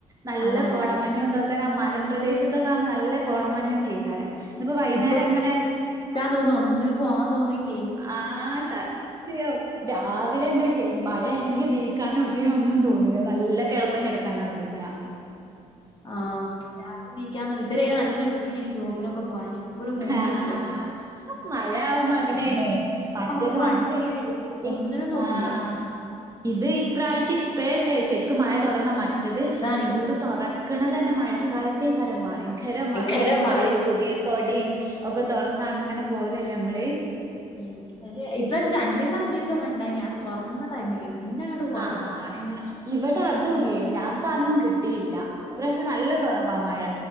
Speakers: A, on the right (about 20°); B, on the left (about 30°).
A: നല്ല
B: അതാണ്
A: കോടമഞ്ഞും ഇതൊക്കെ നമ്മ മല പ്രദേശത്തൊക്കെ ആവുമ്പോ നല്ല കോടമഞ്ഞൊക്കെക്കാരം ഇന്നിപ്പോ വൈകുന്നേരം
B: ഇപ്പൊ വീട്ടിലിങ്ങനെ
A: എങ്ങനെ
B: ഇരിക്കാൻ തോന്നും ഒന്നിനും പോവാൻ തോന്നുന്നില്ലേ
A: ആഹ സത്യം രാവിലെ തന്നെയൊക്കെ മഴയാണെങ്കിൽ
B: ഉറങ്ങാൻ തോന്നില്ല
A: നീക്കാനോ ഇതിനൊന്നും തോന്നൂല നല്ല
B: ഒന്നിനും
A: കിടത്തം
B: തോന്നുന്നില്ല
A: കിടക്കാനാ തോന്നുക
B: സത്യം ആഹ് രാവിലെ നീക്കാൻ ഇതരെ നല്ല ഇൻട്രസ്റ്റായിരുന്നു ജോബിനൊക്കെ പോവാന് ഇപ്പൊ ഒരു മൂടില്ല
A: ആഹ് മഴ ആവുമ്പോ അങ്ങനെയാണ് മറ്റേത്
B: നമുക്ക് മടി വരും
A: ഇ
B: ഒന്നിനും തോന്നൂല
A: ആഹ് ഇത് ഇപ്രാവശ്യം ഇപ്പയല്ലേ ശരിക്കും മഴ തൊടങ്ങ മറ്റത്
B: അതാണ്
A: സ്കൂള് തൊറ തൊറക്കണ തന്നെ മഴക്കാലത്തേക്കാരം ഭയങ്കര മഴിം
B: ഭയങ്കര
A: കൊട
B: മഴ
A: പുതിയെ ഒക്കെ തൊർന്ന് അങ്ങനെ പോവലല്ലേ നമ്മള്
B: ഉം ഇപ്രാവിശ്യം രണ്ടീസം അഞ്ചീസൊക്കെ ഉണ്ടായിന് ആ തൊറന്ന ടൈമില് പിന്നെ അങ്ങട്ട് കുറഞ്ഞതാ
A: ആഹ് ഇണ്ടായി ഇവിടെ അതുല്യേനി ഞങ്ങക്ക് അന്നും കിട്ടീല്ല ഇപ്രാവശ്യം നല്ല കുറവാ മഴ